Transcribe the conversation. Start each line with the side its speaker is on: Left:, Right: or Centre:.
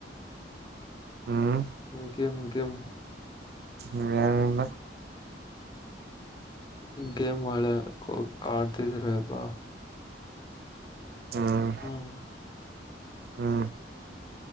Right: ಹ್ಮ್
Left: ಹ್ಮ್ ಕೆಮ ಗಮು
Right: ಹ್ಮ್ ನುಲ್ಲ <unintelligible>
Left: ಗೇಮ್ ಮಳೆ ಹೋಗ ಆಡ್ತಿದ್ರ ಬಾ
Right: ಹ್ಮ್
Left: ಹ್ಮ
Right: ಹ್ಮ್